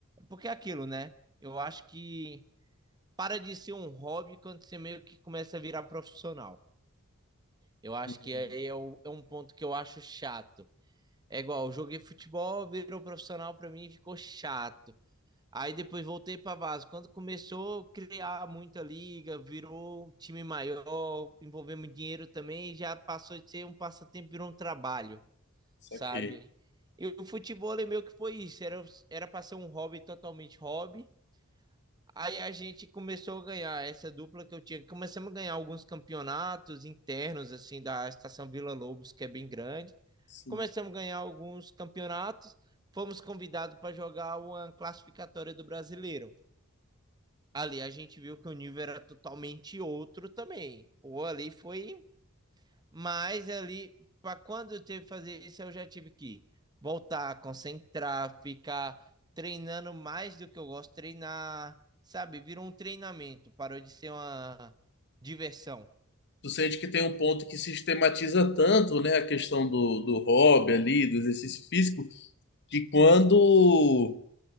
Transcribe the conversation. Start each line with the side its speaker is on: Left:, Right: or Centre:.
Right: porque é aquilo, né? Eu acho que para de ser um hobby quando você meio que começa a virar profissional. Eu acho
Left: Hum,
Right: que aí é, o- é um ponto que eu acho chato. É igual, eu joguei futebol, virou profissional pra mim e ficou chato. Aí depois voltei pra Vaso. Quando começou a criar muita liga, virou um time maior, envolveu muito dinheiro também, já passou de ser um passatempo, virou um trabalho,
Left: saquei.
Right: sabe? E o futebol é meio que foi isso, era, era pra ser um hobby totalmente hobby, Aí a gente começou a ganhar essa dupla que eu tinha. Começamos a ganhar alguns campeonatos internos, assim, da Estação Vila Lobos, que é bem grande.
Left: Sim.
Right: Começamos a ganhar alguns campeonatos. Fomos convidados para jogar uma classificatória do Brasileiro. Ali a gente viu que o nível era totalmente outro também. Pô, ali foi mas ali, para quando eu teve que fazer isso, eu já tive que voltar, concentrar, ficar treinando mais do que eu gosto de treinar, sabe? Virou um treinamento, parou de ser uma diversão.
Left: Tu sente que tem um ponto que sistematiza tanto, né, a questão do, do hobby ali, do exercício físico, que quando